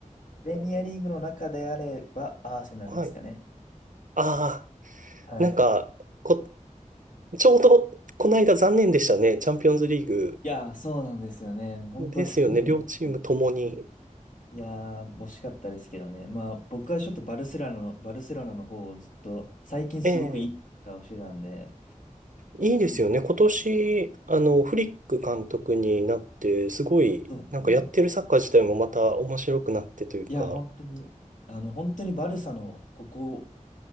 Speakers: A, on the left; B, on the right.
A: プレミアリーグの中であればアーセナルですかね。
B: え。はい。ああ、
A: はい。
B: なんか、こ、ちょうど、この間残念でしたね。チャンピオンズリーグ。
A: いやー、そうなんですよね。本当に。
B: ですよね。両チームともに。
A: <laughs> いやー、惜しかったですけどね。まあ、僕はちょっとバルセロナの、バルセロナの方をずっと、最近すごくいいサッカーをしてたんで、
B: ええ。いいですよね。
A: ずっ
B: 今年、あの、フリック監督になって、すごい、
A: とですね。
B: なんかやってるサッカー自体もまた面白くなってというか、
A: いや、本当に、あの、本当にバルサのここ